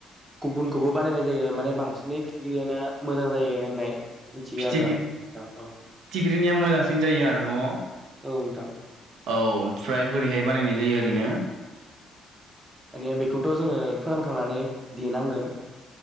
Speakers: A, on the right; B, on the right.
A: गुबुनखौबो बानायनाय जायो माने बांसिनै <unintelligible> <unintelligible> मोजां जायो होननाय मिथियो
B: फिथिख्रि
A: आरो आं ।औ।
B: <unintelligible> मोजांसिन जायो आरो न'?
A: औ नोंथां
B: औ ओमफ्राय बोरैहाइ बानायनाय जायो ओरैनो।
A: माने बेखौथ' जोङो फोरानखांनानै देनांगोन।